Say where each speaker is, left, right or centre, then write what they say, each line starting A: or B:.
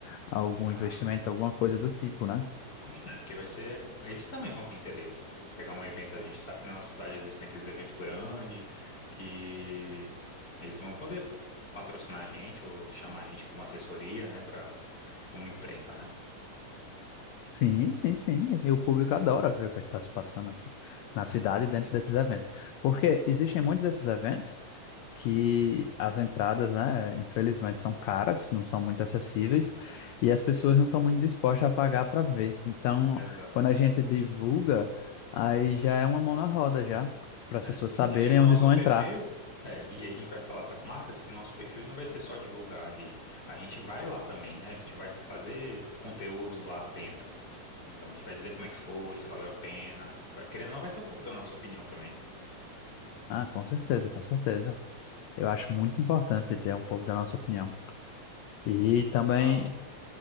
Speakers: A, on the left (about 75°); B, on the left (about 30°).
A: algum
B: Ah,
A: investimento, alguma coisa do tipo, né?
B: justo, é porque vai ser. Eles também vão ter interesse. Tipo, pegar um evento, a gente sabe que na nossa cidade às vezes tem aqueles eventos grandes que eles vão poder patrocinar a gente ou chamar a gente como assessoria, né? Pra, como imprensa, né?
A: Sim, sim, sim. E o público adora ver o que é que está se passando assim, na cidade e dentro desses eventos. Porque
B: Hum,
A: existem muitos desses eventos que as entradas, né, infelizmente são caras, não são muito acessíveis e as pessoas não estão muito dispostas a pagar para ver. Então,
B: Exato.
A: quando a gente divulga, aí já é uma mão na roda já, para as
B: É,
A: pessoas
B: então,
A: saberem
B: e o nosso
A: onde vão
B: perfil.
A: entrar.
B: É, e a gente vai falar para as marcas que o nosso perfil não vai ser só divulgar ali. A gente vai lá também, né? A gente vai fazer conteúdo lá dentro. Então a gente vai dizer como é que foi, se valeu a pena. Vai- Querendo ou não, vai ter um pouco da nossa opinião também.
A: Ah, com certeza, com certeza. Eu acho muito importante ter um pouco da nossa opinião. E também
B: Então,